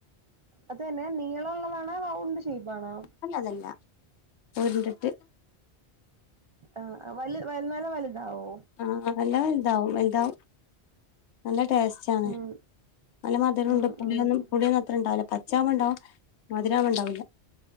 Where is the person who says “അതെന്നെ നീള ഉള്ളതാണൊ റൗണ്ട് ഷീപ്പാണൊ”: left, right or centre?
Right